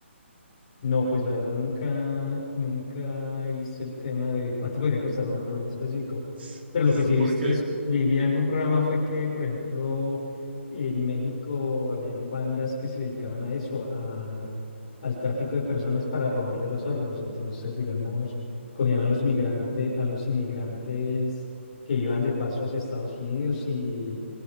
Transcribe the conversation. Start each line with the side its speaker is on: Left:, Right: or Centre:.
Left: No, pues la verdad nunca, nunca he visto el tema de cuánto <laughs> podría costar un órgano en específico.
Right: <laughs>
Left: Pero lo que sí he visto
Right: Porque,
Left: es, vi,
Right: dime.
Left: vi en algún programa fue que, por ejemplo, en México habían bandas que se dedicaban a eso, a, al tráfico de personas para robarle los órganos. Entonces, digamos, cogían a los migrantes, a los inmigrantes que iban de paso hacia Estados Unidos y